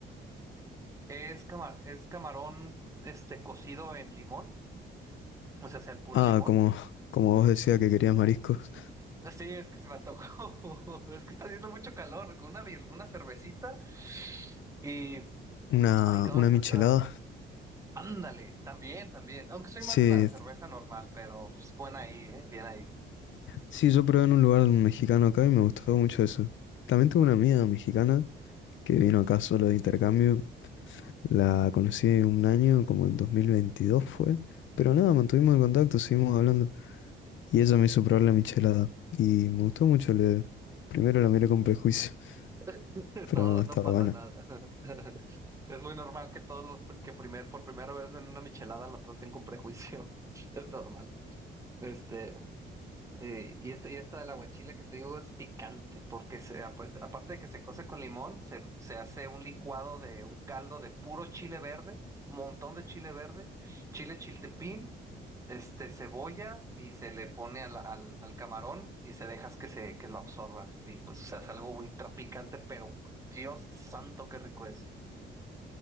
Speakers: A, on the right; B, on the left.
A: Es cama- es camarón, este, cocido en limón, o sea, sea el puro
B: Ah,
A: limón.
B: como, como vos decías que querías mariscos.
A: Sí, es que se me antojó. <laughs> Es que está haciendo mucho calor, con una, bir- una cervecita y,
B: Una,
A: ay, vamos
B: una michelada.
A: hasta, ándale, también, también. Aunque soy
B: Sí,
A: más de la cerveza normal, pero es buena ahí, eh, bien ahí.
B: sí, yo probé en un lugar mexicano acá y me gustó mucho eso. También tuve una amiga mexicana que vino acá solo de intercambio La conocí un año, como en 2022 fue. Pero nada, mantuvimos el contacto, seguimos hablando. Y ella me hizo probar la michelada. Y me gustó mucho. Le... Primero la miré con prejuicio,
A: <laughs>
B: <laughs> pero
A: Todos,
B: no, estaba
A: no pasa
B: buena.
A: nada. <laughs> Es muy normal que todos los pr- que primer, por primera vez ven una michelada la traten con prejuicio. <laughs> Es normal. Este, eh, y, este, y esta del aguachile que te digo es picante, porque se, ap- aparte de que se cose con limón, se, se hace un licuado de un caldo de puro chile verde, montón de chile verde, chile chiltepín, este, cebolla, y se le pone al, al, al camarón y se dejas que, se, que lo absorba. Y pues se hace algo ultra picante, pero Dios santo, qué rico es.